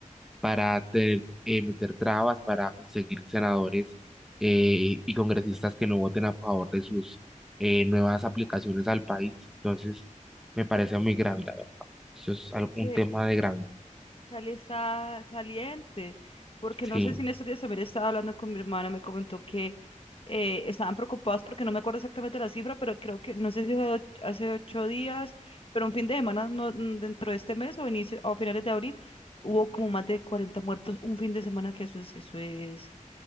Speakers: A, in the centre; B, on the left.
A: para tener- eh, meter trabas para conseguir senadores eh, y congresistas que no voten a favor de sus eh, nuevas aplicaciones al país. Entonces, me parece muy grave, la verdad. Eso es al-
B: Es que,
A: un tema de grave.
B: Cali está caliente, porque
A: Sí,
B: no sé si en estos días también estaba hablando con mi hermana, me comentó que eh, estaban preocupados porque no me acuerdo exactamente la cifra, pero creo que, no sé si fue och- hace ocho días, pero un fin de semana no- mm, dentro de este mes o inicio o finales de abril, hubo como más de 40 muertos un fin de semana, que eso es, eso es,